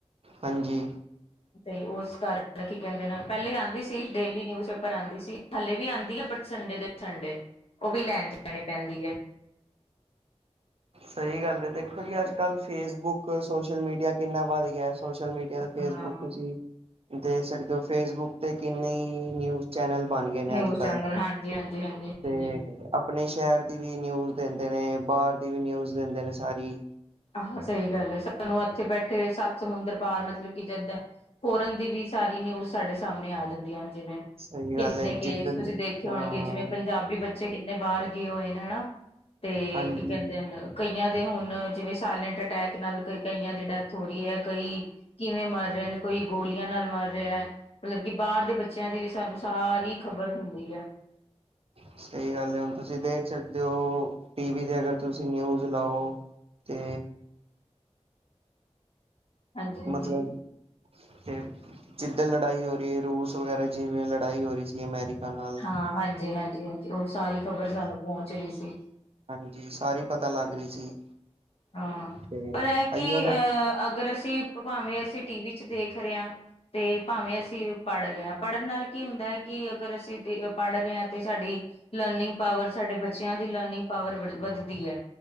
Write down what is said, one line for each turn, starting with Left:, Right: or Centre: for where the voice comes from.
Right: ਹਾਂਜੀ
Left: ਤੇ ਉਸ ਕਾਰਨ ਕੀ ਕਹਿੰਦੇ ਨੇ, ਪਹਿਲੇ ਆਉਂਦੀ ਸੀ। ਡੇਲੀ ਨਿਊਜ਼ਪੇਪਰ ਆਉਂਦੀ ਸੀ। ਹਾਲੇ ਵੀ ਆਉਂਦੀ ਆ। ਬਟ ਸੰਡੇ ਦੇ ਸੰਡੇ, ਉਹ ਵੀ ਲੈਣ ਜਾਣੀ ਪੈਂਦੀ ਆ।
Right: ਸਹੀ ਗੱਲ ਹੈ। ਦੇਖੋ ਜੀ ਅੱਜ ਕੱਲ੍ਹ ਫੇਸਬੁੱਕ ਸੋਸ਼ਲ ਮੀਡੀਆ ਕਿੰਨਾ ਵੱਧ ਗਿਆ। ਸੋਸ਼ਲ ਮੀਡੀਆ ਤੇ ਫੇਸਬੁੱਕ
Left: ਹਾਂ
Right: ਤੁਸੀਂ ਦੇਖ ਸਕਦੇ ਹੋ। ਫੇਸਬੁੱਕ ਤੇ ਕਿੰਨੀ ਨਿਊਜ਼ ਚੈਨਲ ਬਣ ਗਏ ਨੇ
Left: ਨਿਊਜ਼
Right: ਅੱਜ ਕੱਲ
Left: ਚੈਨਲ ਹਾਂਜੀ ਹਾਂਜੀ ਹਾਂਜੀ
Right: ਤੇ
Left: ਹਾਂਜੀ
Right: ਆਪਣੇ ਸ਼ਹਿਰ ਦੀ ਵੀ ਨਿਊਜ਼ ਦਿੰਦੇ ਨੇ, ਬਾਹਰ ਦੀ ਵੀ ਨਿਊਜ਼ ਦਿੰਦੇ ਨੇ ਸਾਰੀ।
Left: ਆਹੋ ਸਹੀ ਗੱਲ ਏ। ਸਾਨੂੰ ਇੱਥੇ ਬੈਠੇ ਸੱਤ ਸਮੁੰਦਰ ਪਾਰ, ਮਤਲਬ ਕਿ ਜਿੱਦਾਂ ਫੋਰਨ ਦੀ ਵੀ ਸਾਰੀ ਨਿਊਜ਼ ਸਾਡੇ ਸਾਹਮਣੇ ਆ ਜਾਂਦੀ ਆ। ਜਿਵੇਂ
Right: ਸਹੀ
Left: ਕਿੰਨੇ
Right: ਗੱਲ ਹੈ
Left: ਕੇਸ
Right: ਜਿੱਦਣ
Left: ਤੁਸੀਂ ਦੇਖੇ
Right: ਹਾਂ
Left: ਹੋਣਗੇ। ਜਿਵੇਂ ਪੰਜਾਬੀ ਬੱਚੇ ਕਿੰਨੇ ਬਾਹਰ ਗਏ ਹੋਏ ਨੇ ਹਨਾ। ਤੇ
Right: ਹਾਂਜੀ
Left: ਕੀ ਕਹਿੰਦੇ ਨੇ, ਕਈਆਂ ਦੇ ਹੁਣ ਜਿਵੇਂ ਸਾਇਲੈਂਟ ਅਟੈਕ ਨਾਲ ਕਈ ਕਈਆਂ ਦੀ ਡੈਥ ਹੋ ਰਹੀ ਹੈ। ਕਈ ਕਿਵੇਂ ਮਰ ਰਹੇ ਨੇ ਕੋਈ ਗੋਲੀਆਂ ਨਾਲ ਮਰ ਰਿਹਾ ਹੈ। ਮਤਲਬ ਕਿ ਬਾਹਰ ਦੇ ਬੱਚਿਆਂ ਦੀ ਵੀ ਸਾਨੂੰ ਸਾਰੀ ਖ਼ਬਰ ਹੁੰਦੀ ਹੈ। <inaudible>
Right: ਸਹੀ ਗੱਲ ਹੈ। ਹੁਣ ਤੁਸੀਂ ਦੇਖ ਸਕਦੇ ਹੋ ਟੀ ਵੀ ਤੇ ਅਗਰ ਤੁਸੀਂ ਨਿਊਜ਼ ਲਾਓ। ਤੇ
Left: ਹਾਂਜੀ-ਹਾਂਜੀ
Right: ਮਤਲਬ ਤੇ ਜਿੱਦਾਂ ਲੜਾਈ ਹੋ ਰਹੀ ਹੈ। ਰੂਸ ਵਗੈਰਾ ਜਿਵੇਂ ਲੜਾਈ ਹੋ ਰਹੀ ਸੀ ਅਮੈਰੀਕਾ ਨਾਲ
Left: ਹਾਂ। ਹਾਂਜੀ ਹਾਂਜੀ ਹਾਂਜੀ ਉਹ ਸਾਰੀ ਖ਼ਬਰ ਸਾਨੂੰ ਪਹੁੰਚ ਰਹੀ ਸੀ।
Right: ਹਾਂਜੀ ਸਾਰੀ ਪਤਾ ਲੱਗ ਰਹੀ ਸੀ।
Left: ਹਾਂ।
Right: ਤੇ
Left: ਪਰ ਇਹ ਕਿ
Right: ਆਈਓ ਅਗਰ
Left: ਅਹ ਅਗਰ ਅਸੀਂ ਭਾਵੇਂ ਅਸੀਂ ਟੀ ਵੀ ਚ ਦੇਖ ਰਹੇ ਹਾਂ। ਤੇ ਭਾਵੇਂ ਅਸੀਂ ਪੜ੍ਹ ਰਹੇ ਹਾਂ। ਪੜ੍ਹਨ ਨਾਲ ਕੀ ਹੁੰਦਾ ਹੈ, ਕਿ ਅਗਰ ਅਸੀਂ ਪੜ੍ਹ ਰਹੇ ਹਾਂ ਤੇ ਸਾਡੀ ਲਰਨਿੰਗ ਪਾਵਰ, ਸਾਡੇ ਬੱਚਿਆਂ ਦੀ ਲਰਨਿੰਗ ਪਾਵਰ ਵੱਧਦੀ ਹੈ।